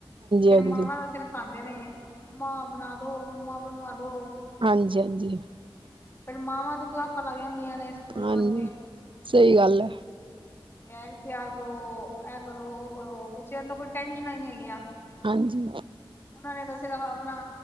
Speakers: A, on the left (about 25°); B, on the right (about 70°).
A: ਫਿਰ
B: ਹਾਂਜੀ
A: ਮਾਵਾਂ ਦਾ ਸਿਰ ਖਾਂਦੇ ਨੇ ਮੰਮਾ ਬਣਾ ਦੋ ਮੰਮਾ ਬਣਵਾ ਦੋ,
B: ਹਾਂਜੀ-ਹਾਂਜੀ,
A: ਫਿਰ ਮਾਵਾਂ ਦੀ ਕਲਾਸਾਂ ਲੱਗ ਜਾਂਦੀਆਂ ਨੇ, ਸਕੂਲ
B: ਹਾਂਜੀ,
A: ਵਾਸਤੇ
B: ਸਹੀ ਗੱਲ ਹੈ।
A: ਬੈਗ ਤਿਆਰ ਕਰੋ, ਇਹ ਕਰੋ ਉਹ ਕਰੋ, ਬੱਚਿਆਂ ਦਾ ਕੋਈ ਟੈਨਸ਼ਨਾਂ ਹੀ ਨਹੀਂ ਹੈਗੀਆਂ।
B: ਹਾਂਜੀ,
A: ਉਹਨਾਂ ਨੇ ਤਾਂ ਸਿਰਫ਼ ਆਪਣਾ